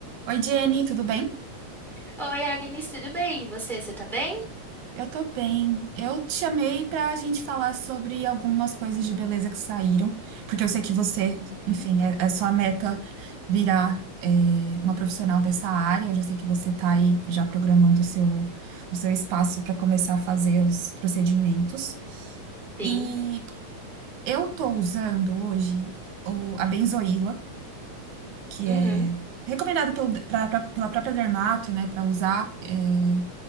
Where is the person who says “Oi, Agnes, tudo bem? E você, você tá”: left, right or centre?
Centre